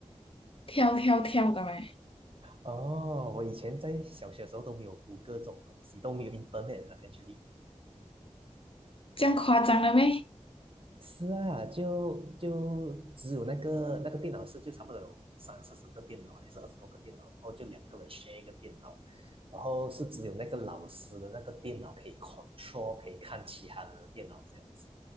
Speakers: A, on the left; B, on the right.
A: 跳跳跳的咩，
B: 哦，我以前在小学的时候都没有谷歌这种东西，都没有 internet 了，actually。
A: 这样夸张了咩？
B: 是啊，就就只有那个那个电脑室，就差不多有三四十个电脑，还是二十多个电脑，然后就两个人 share 一个电脑，然后是只有那个老师的那个电脑可以 control，可以看其他人的电脑这样子，